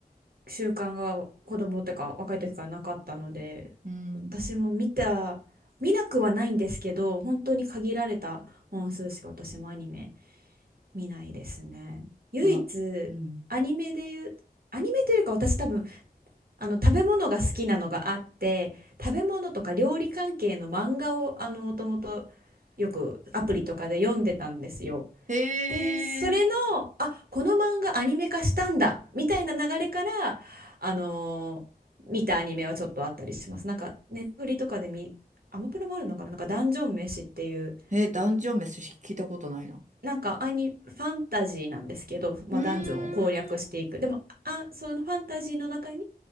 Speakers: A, on the right; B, on the right.
A: 習慣が子供ってか若い時からなかったので
B: うん。
A: 私も見た見なくはないんですけど本当に限られた本数しか私もアニメ見ないですね唯一アニメで言うアニメというか私多分
B: いや、うん。
A: あの食べ物が好きなのがあって食べ物とか料理関係の漫画をあのもともとよくアプリとかで読んでたんですよ
B: へ
A: で、それの、
B: え。
A: あ、この漫画アニメ化したんだ、みたいな流れから、あのー見たアニメはちょっとあったりします。なんか、ネットフリとかで見、アマプラもあるのかななんか、ダンジョン飯っていう、
B: え、ダンジョン飯聞いたことないな。
A: なんかアニ、ファンタジーなんですけど、まあ、
B: うーん。
A: ダンジョンを攻略していく。でも、あ、そのファンタジーの中に、